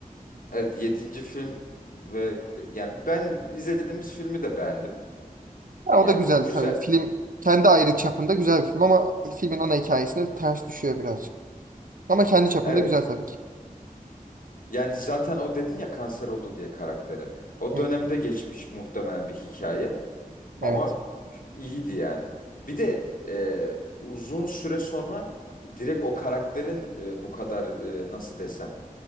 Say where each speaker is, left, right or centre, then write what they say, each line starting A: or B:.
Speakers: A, on the left (about 75°); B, on the right (about 70°).
A: evet yedinci film ve yani ben izlediğimiz filmi de beğendim.
B: Ya
A: Yani
B: o da güzel
A: güzel.
B: tabii. Film kendi ayrı çapında güzel bir film ama filmin ana hikayesine ters düşüyor birazcık. Ama kendi çapında
A: Evet.
B: güzel tabii ki.
A: Yani zaten o dedin ya kanser oldu diye karakteri. O
B: Hı,
A: dönemde geçmiş muhtemelen bir hikaye.
B: Evet.
A: Ama iyiydi yani. Bir de e, uzun süre sonra direkt o karakterin e, bu kadar e, nasıl desem